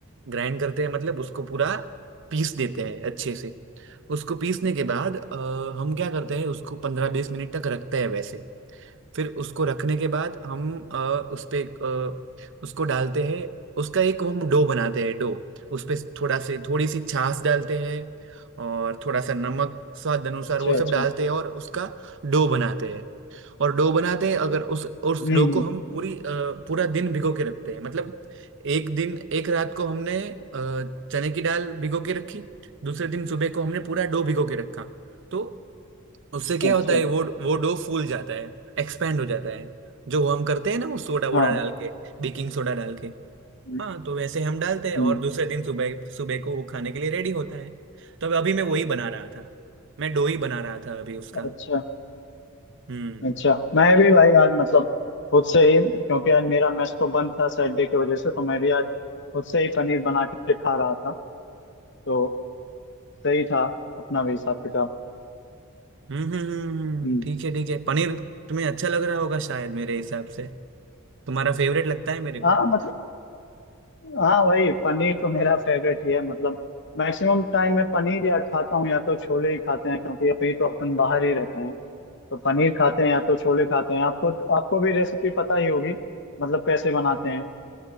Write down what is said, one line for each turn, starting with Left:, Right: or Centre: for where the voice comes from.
Right: ग्राइंड करते हैं मतलब उसको पूरा पीस देते हैं अच्छे से उसको पीसने के बाद अ, हम क्या करते हैं उसको पंद्रह बीस मिनट तक रखते हैं वैसे फिर उसको रखने के बाद हम अ, उस पे अ, उसको डालते हैं उसका एक हम डो बनाते हैं डो उस पे थोड़ा से थोड़ी सी छाछ डालते हैं और थोड़ा सा नमक स्वाद अनुसार
Left: अच्छा
Right: वो सब
Left: अच्छा
Right: डालते हैं और उसका डो बनाते हैं और डो बनाते हैं अगर उस और उस
Left: हम्म,
Right: डो को हम पूरी अ, पूरा दिन भिगो के रखते हैं मतलब एक दिन एक रात को हमने अ, चने की दाल भिगो के रखी दूसरे दिन सुबह को हमने पूरा डो भिगो के रखा तो उससे क्या
Left: हम्म, अच्छा
Right: होता है वो वो डो फूल जाता है एक्सपेंड हो जाता है जो हम करते हैं ना वो सोडा वोडा
Left: हाँ
Right: डाल के बेकिंग सोडा डाल के
Left: हम्म,
Right: हाँ तो वैसे हम डालते हैं
Left: हम्म,
Right: और दूसरे दिन सुबह सुबह को वो खाने के लिए रेडी होता है तो अभी मैं वही बना रहा था मैं डो ही बना रहा था अभी उसका
Left: अच्छा
Right: हम्म
Left: अच्छा मैं भी भाई आज मतलब खुद से ही क्योंकि आज मेरा मेस तो बंद था सैटरडे की वजह से तो मैं भी आज खुद से ही पनीर बना के खा रहा था तो सही था अपना भी हिसाब किताब
Right: हम्म हम्म हम्म, हम्म, हम्म,
Left: हम्म
Right: हम्म, ठीक है ठीक है पनीर तुम्हें अच्छा लग रहा होगा शायद मेरे हिसाब से तुम्हारा फेवरेट लगता है मेरे को
Left: हाँ मतलब हाँ भाई पनीर तो मेरा फेवरेट ही है मतलब मैक्सिमम टाइम मैं पनीर या खाता हूँ या तो छोले ही खाते हैं क्योंकि अभी तो अपन बाहर ही रहते हैं तो पनीर खाते हैं या तो छोले खाते हैं आपको आपको भी रेसिपी पता ही होगी मतलब कैसे बनाते हैं